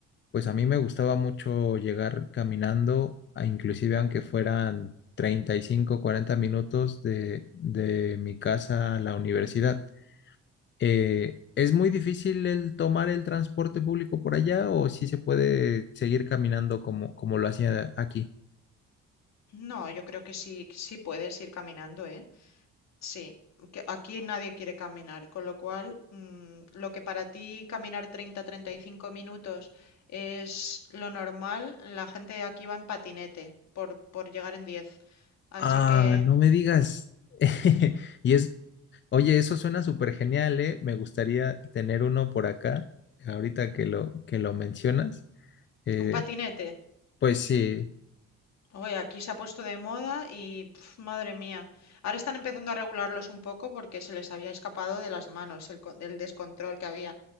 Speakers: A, on the left; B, on the left.
A: Pues a mí me gustaba mucho llegar caminando, a inclusive aunque fueran 35, 40 minutos de, de mi casa a la universidad. Eh, ¿es muy difícil el tomar el transporte público por allá o si se puede seguir caminando como, como lo hacía aquí?
B: No, yo creo que sí, sí puedes ir caminando, ¿eh? Sí, que aquí nadie quiere caminar, con lo cual mm, lo que para ti caminar treinta treinta y cinco minutos es lo normal, la gente aquí va en patinete por, por llegar en 10. Así
A: Ah,
B: que
A: no me digas. <laughs> Y es, oye, eso suena súper genial, ¿eh? Me gustaría tener uno por acá, ahorita que lo, que lo mencionas. Eh,
B: un patinete.
A: pues sí.
B: Oye, aquí se ha puesto de moda y pf, madre mía. Ahora están empezando a regularlos un poco porque se les había escapado de las manos el, con- el descontrol que había.